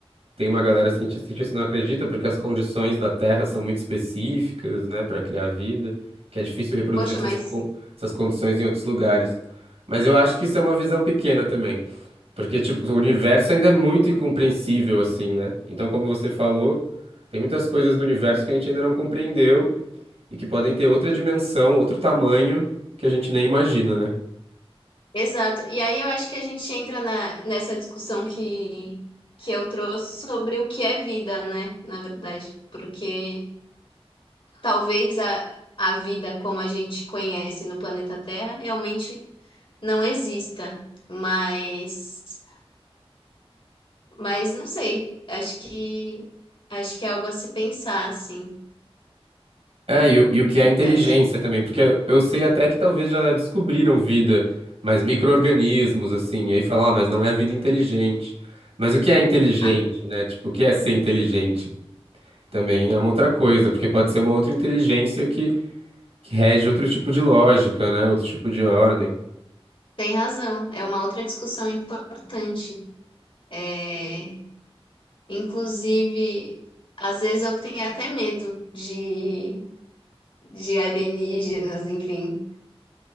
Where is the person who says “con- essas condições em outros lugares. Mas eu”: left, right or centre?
Right